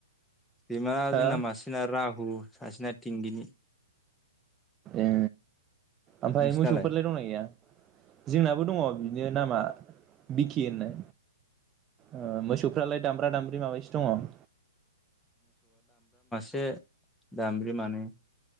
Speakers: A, in the centre; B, on the right.
A: बिमा
B: हो
A: जोंना मासेना राहु सासेना थिंगिनि
B: ए ओमफ्राय
A: नोंसिनालाय
B: मोसौफोरलाय दंना गैया? जोंनाबो दङ बिदिनो नामा। बिखि होननाय ओ मोसौफ्रालाय दामब्रा दामब्रि माबेसो दङ?
A: से दामब्रि मानै।